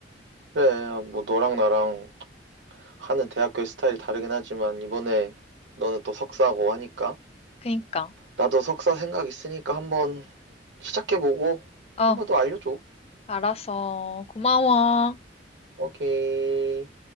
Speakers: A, on the right; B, on the left.
A: 그래, 뭐 너랑 나랑 하는 대학교의 스타일이 다르긴 하지만 이번에 너는 또 석사고 하니까
B: 그니까.
A: 나도 석사 생각 있으니까 한번 시작해보고
B: 어,
A: 한번 더 알려줘.
B: 알았어. 고마워.
A: 오케이.